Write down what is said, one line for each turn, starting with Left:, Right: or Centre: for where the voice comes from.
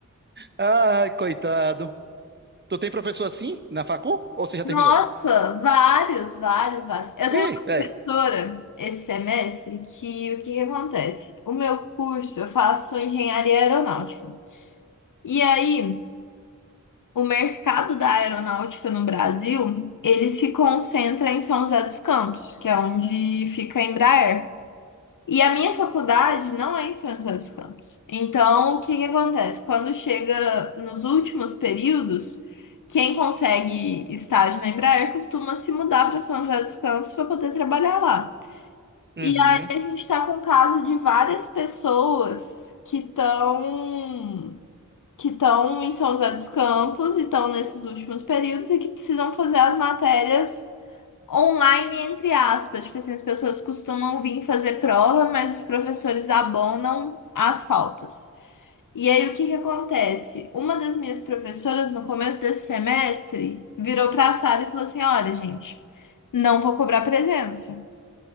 Right: Ai, coitado. Tu tem professor assim na facu? Ou você já
Left: Nossa,
Right: terminou?
Left: vários, vários, vários. Eu tenho
Right: Ih,
Left: uma
Right: velho.
Left: professora esse semestre que o que que acontece? O meu curso, eu faço engenharia aeronáutica. E aí, o mercado da aeronáutica no Brasil, ele se concentra em São José dos Campos, que é onde fica a Embraer. E a minha faculdade não é em São José dos Campos. Então, o que que acontece? Quando chega nos últimos períodos, quem consegue estágio na Embraer costuma se mudar para São José dos Campos para poder trabalhar lá. E
Right: Uhum.
Left: aí a gente está com o caso de várias pessoas que estão que estão em São José dos Campos e estão nesses últimos períodos e que precisam fazer as matérias online, entre aspas. Tipo assim, as pessoas costumam vir fazer prova, mas os professores abonam as faltas. E aí, o que que acontece? Uma das minhas professoras, no começo desse semestre, virou pra sala e falou assim: Olha, gente, não vou cobrar presença.